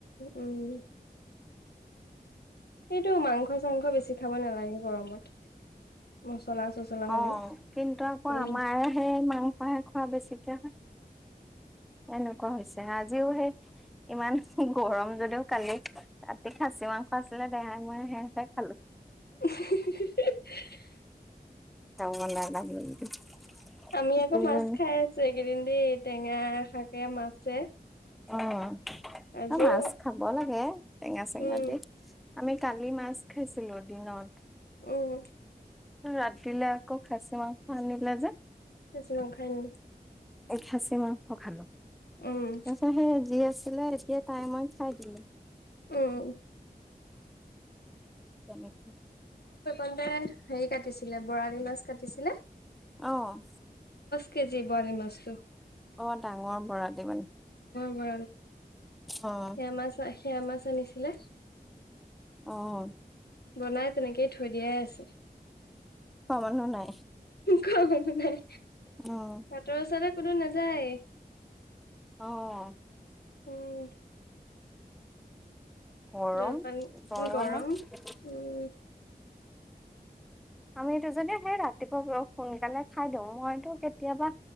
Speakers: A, on the left (about 80°); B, in the centre.
A: উম, সেইটো মাংস-চাংস বেছি খাব নালাগে গৰমত মচলা। চচলা মানে
B: অ, কিন্তু আকৌ
A: উম
B: আমাৰ সেই মাংসাহে খোৱা বেছিকে হয়। এনে কোৱা হৈছে, আজি সেই। ইমান গৰম যদিও কালি ৰাতি খাচী মাংস আছিলে দোহাই মই সেহে খালো।
A: <unintelligible>
B: <unintelligible>
A: আমি আকৌ
B: দুইজনী
A: মাছ খাই আছো এইকেইদিন দেই টেঙা শাকে মাছে।
B: উম,
A: আজিও
B: মাছ খাব লাগে টেঙা-চেঙা
A: উম
B: দি। আমি কালি মাছ খাইছিলো দিনত।
A: উম,
B: ৰাতিলে আকৌ খাছি মাংস। আনিলে
A: খাচি মাংস আনিলে।
B: এ, খাচি মাংস খালো
A: উম
B: <inaudible> ছিলে এতিয়া টাইমত খাই দিলো।
A: উম,
B: তেনেকে।
A: আলতে হেৰি কাটিছিলে বৰালি মাছ কাটিছিল।
B: অ,
A: কেজি ব মছ্তটো।
B: অ, ডাঙৰ বৰালি মানে।
A: <inaudible> বা
B: অ',
A: সেয়া মাছ সেয়া মাছ আনিছিলে।
B: অ',
A: বনাই তেনেকেই থৈ দিয়াই আছে।
B: খোৱা মানুহ নাই।
A: খোৱা মানুহ নাই।
B: উম।
A: বাটৰ ওচৰলে কোনো নাযায়ে।
B: অ'।
A: উম।
B: গৰম
A: জলপান
B: গৰমত।
A: গৰম উম
B: আমি দুজনে সেই ৰাতিপুৱা সোনকালে খাই দিওঁ। মইতো কেতিয়াবা